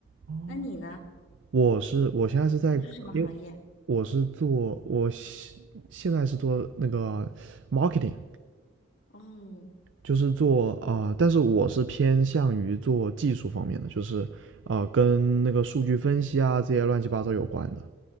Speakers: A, on the right (about 70°); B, on the left (about 80°).
A: 哦，
B: 那你呢？
A: 我是我现在是在，
B: 从事什么行业？
A: 因为我是做我现现在是做那个 marketing，
B: 哦。
A: 就是做啊、呃但是我是偏向于做技术方面的，就是啊、呃跟那个数据分析啊这些乱七八糟有关的。